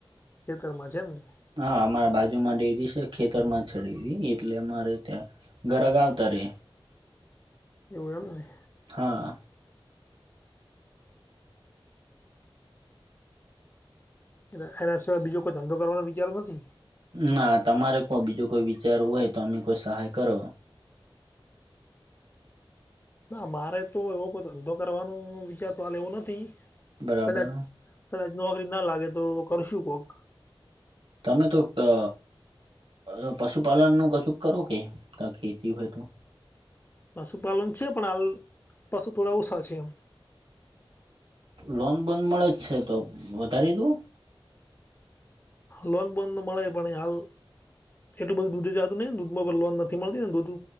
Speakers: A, on the left (about 25°); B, on the right (about 65°).
A: ખેતરમાં છે એમને.
B: હા અમારા બાજુ માં ડેરી છે, ખેતરમાં છે ડેરી, એટલે અમારે ત્યાં ગ્રાહક આવતા રે.
A: એવું એમને.
B: હા
A: એટલે એના સિવાય બીજો કોઈ ધંધો કરવાનો વિચાર નથી?
B: ના તમારે કો, બીજું કોઈ વિચાર હોય તો અમે કોઈ સહાય કર?
A: ના, મારે તો એવો કોઇ ધંધો કરવાનું વિચાર તો હાલ એવું નથી.
B: બરાબર.
A: કદાચ કદાચ નોકરી ના લાગે તો કરશું કોક.
B: તમે તો, અ અ પશુપાલનનું કશું કરો કે? ખેતી હોય તો?
A: પશુપાલન છે, પણ હાલ પશુ થોડા ઓછા છે એમ.
B: લોન બોન મળે જ છે તો વધારી દો.
A: લોન બોધ મળે પણ હાલ એટલ બધું દૂધ જતું નથી ને દૂધમાં પણ લોન નથી મળતી ને દૂધ